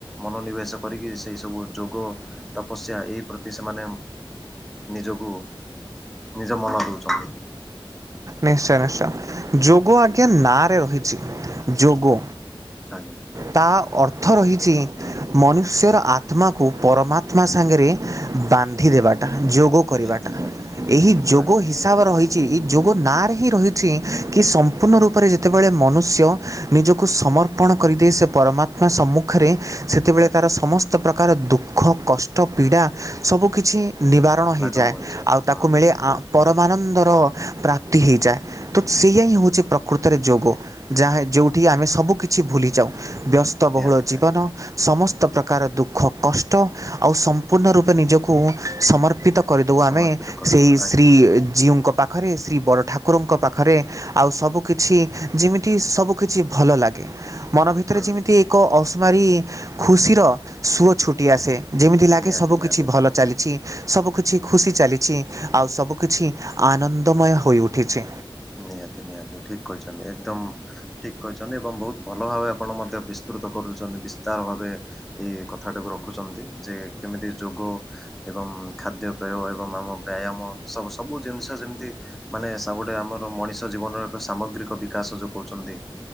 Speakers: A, in the centre; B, on the right (about 35°).
A: ମନୋନିବେଶ କରିକି ସେଇ ସବୁ ଯୋଗ ତପସ୍ୟା ଏଇ ପ୍ରତି ସେମାନେ ନିଜକୁ ନିଜ ମନ ଦଉଛନ୍ତି।
B: ନିଶ୍ଚୟ ନିଶ୍ଚୟ
A: ହୁଁ
B: ଯୋଗ ଆଜ୍ଞା ନାରେ ରହିଛି ଯୋଗ।
A: ଆଜ୍ଞା।
B: ତା ଅର୍ଥ ରହିଛି। ମନୁଷ୍ୟର ଆତ୍ମାକୁ ପରମାତ୍ମା ସାଙ୍ଗରେ ବାନ୍ଧି ଦେବାଟା ଯୋଗ ଯୋଗ କରିବାଟା
A: ନିହାତି ନିହାତି ଠିକ୍
B: ଏହି
A: ଠିକ୍
B: ଯୋଗ
A: କହିଲେ
B: ହିସା ରହିଛି ଏଇ ଯୋଗ ନାଁରେ ହିଁ ରହିଛି କି ସମ୍ପୂର୍ଣ୍ଣ ରୂପରେ ଯେତେବେଳେ ମନୁଷ୍ୟ ନିଜକୁ ସମର୍ପଣ କରିଦିଏ ସେ ପରମାତ୍ମା ସମ୍ମୁଖରେ ସେତେବେଳେ
A: ଆଜ୍ଞା
B: ତାର ସମ ସମସ୍ତ ପ୍ରକାର ଦୁଃଖ କଷ୍ଟ ପୀଡ଼ା ସବୁ କିଛି ନିବା ବାରଣ ହେଇଯାଏ
A: ଲାଘବ ହୋଇଯାଏ
B: ଆଉ ତାକୁ
A: ହୁଁ
B: ମିଳେ
A: ଠିକ୍ କହିଛନ୍ତି
B: ଆ ପରମାନମାନନ୍ଦର ପ୍ରାପ୍ତି ହେଇଯାଏ। ତ ସେଇୟା ହିଁ ହଉଛି ପ୍ରକୃତରେ ଯୋଗ। ଯାହା ଯୋଉଠି ଆମେ ସବୁ କିିଛି ଭୁଲିଯାଉ ବ୍ୟସ୍ତବହୁଳ
A: ନିହାତି ନିହାତି
B: ଜୀବନ ସମସ୍ତ ପ୍ରକାର ଦୁଃଖ କଷ୍ଟ ଆଉ ସମ୍ପୂର୍ଣ୍ଣ ରୂପେ ନିଜକୁ ସମର୍ପିତ କରିଦେଉ
A: ସମର୍ପିତ
B: ଆମେ
A: କରିଦେବା
B: ସେହି
A: ଆଜ୍ଞା
B: ଶ୍ରୀ ଜୀଉଙ୍କ ପାଖରେ ଶ୍ରୀ ବଡ଼ ଠାକୁରଙ୍କ ପାଖରେ। ଆଉ ସବୁ କିିଛି ଯେମିତି ସବୁ କିିଛି ଭଲ ଲାଗେ। ମନ ଭିତରେ
A: ହୁଁ
B: ଯେମିତି ଏକ ଅସୁମାରୀ ଖୁସିର ସୁଅ ଛୁଟି ଆସେ ଯେମିତି ଲାଗେ
A: ନିହାତି
B: ସବୁ
A: ନିହାତି
B: କିଛି ଭଲ ଚାଲିଛି। ସବୁ କିଛି ଖୁସି ଚାଲିଛି ଆଉ ସବୁ କିଛି ଆନନ୍ଦମୟ ହୋଇ ଉଠିଛି।
A: ନିହାତି ନିହାତି ଠିକ୍ କହିଛନ୍ତି ଏକଦମ୍ ଠିକ କହିଛନ୍ତି ଏବଂ ବହୁତ ଭଲ ଭାବେ ଆପଣ ମଧ୍ୟ ବିସ୍ତୃତ କରୁଛନ୍ତି ବିସ୍ତାର ଭାବେ ଏଇ କଥା ଟାକୁ ରଖୁଛନ୍ତି ଯେ କେମିତି ଯୋଗ ଏବଂ ଖାଦ୍ୟପେୟ ଏବଂ ଆମ ବ୍ୟାୟାମ ସବୁ ସବୁ ଜିନିଷ ଯେମିତି ମାନେ ସବୁଠି ଆମର ମଣିଷ ଜୀବନର ଏକ ସାମଗ୍ରିକ ବିକାଶ ଯୋଉ କହୁଛନ୍ତି।